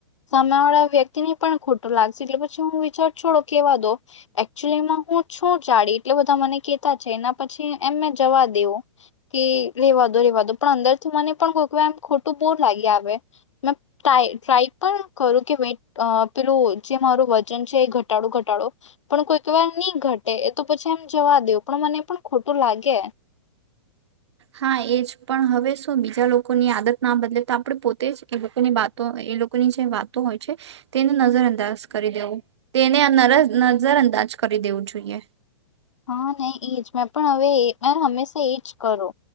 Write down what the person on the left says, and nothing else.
સામે વાળા વ્યક્તિને પણ ખોટું લાગશે એટલે પછી હું વિચાર છોડો કેવા દો એ ચ્યુલીમાં હું છું જાડી એટલે બધા મને કેતા છે એના પછી એમ મે જવા દેવુ કે રેવા દો રેવા દો પણ અંદર થી મને પણ કોઈક વાર એમ ખોટું બો લાગી આવે મે ટ્રાય ટ્રાય પણ કરું કે વે પેલું જે મારું વજન છે એ ઘટાડો ઘટાડો પણ કોઈક વાર ની ઘટે એ તો પછી એમ જવા દેવ પણ મને પણ ખોટું લાગે.
હા નહી એજ મેં પણ હવે હંમેશા એજ કરુ